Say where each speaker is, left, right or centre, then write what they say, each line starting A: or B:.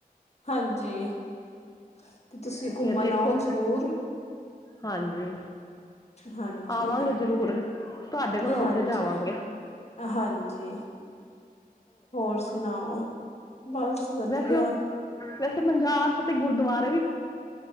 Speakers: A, on the left; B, on the left.
A: ਹਾਂਜੀ ਤੇ ਤੁਸੀਂ
B: ਤੇ
A: ਘੁੰਮਣ
B: ਫੇਰ ਦੇਖੋ
A: ਆਓ ਜਰੂਰ
B: ਹਾਂਜੀ
A: ਹਾਂਜੀ-ਹਾਂਜੀ
B: ਆਵਾਂਗੇ ਜ਼ਰੂਰ ਤੁਹਾਡੇ ਕੋਲ ਹੋ ਕੇ ਜਾਵਾਂਗੇ
A: ਹਾਂਜੀ ਹੋਰ ਸੁਣਾਓ ਬਸ ਵਧੀਆ
B: ਵੈਸੇ ਉ ਵੈਸੇ ਪੰਜਾਬ ਚ ਤੇ ਗੁਰਦੁਆਰਾ